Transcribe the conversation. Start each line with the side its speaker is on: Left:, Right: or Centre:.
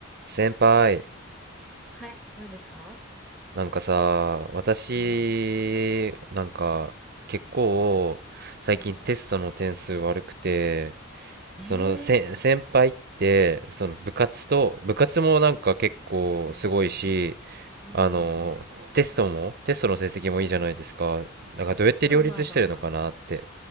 Right: 先輩、
Centre: はい、何ですか
Right: なんかさ、私、
Centre: うん、
Right: なんか、結構、最近テストの点数悪くて、
Centre: うん。ええ
Right: その、せ、先輩って、その部活と、部活もなんか結構すごいし、
Centre: ああ、うんうんう
Right: あの、テストも、テストの成績もいいじゃないですか。だからどうやって両立してるのかなって。
Centre: ん。まあまあまあまあまあ。